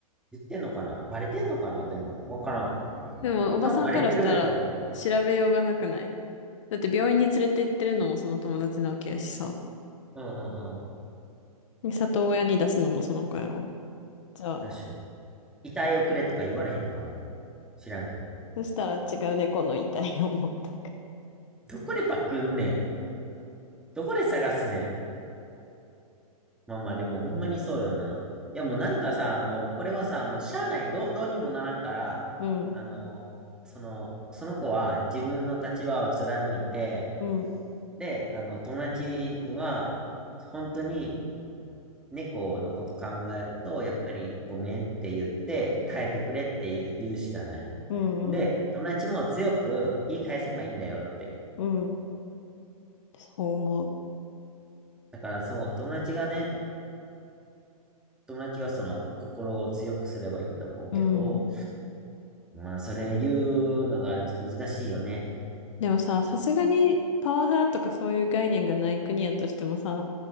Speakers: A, in the centre; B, on the left.
A: 言ってんのかなバレてんのかなでも、わからん。
B: でも、おばさんからしたら調べようがなくない
A: 多分バレてるんやと思う。
B: だって病院に連れて行ってるのもその友達なわけやしさ。
A: うんうんうん。
B: で里親に出すのもその子やろ。じゃあ、
A: 確かに。遺体をくれとか言われへんのかな知らんけど。
B: そしたら違う猫の遺体を持ってく。
A: どこでパクんねんどこで探すねんまあまあでもほんまにそうよな。いやもうなんかさ、もう俺はさ、もうしゃあない。どう、どうにもならんから、
B: うん、
A: あの、その、その子は自分の立場を貫いて、
B: うん、
A: で、あの、友達には、本当に猫のこと考えると、やっぱりごめんって言って、耐えてくれって言う言うしかない。
B: うん、
A: で、
B: うん、
A: 友達も強く言い返せばいいんだよって。
B: うん。そう思う。
A: だからそう、友達がね、友達がその心を強くすればいいと思うけど、
B: うん。
A: まあそれ言うのがちょっと難しいよね。
B: でもさ、さすがにパワハラとかそういう概念がない国やとしてもさ、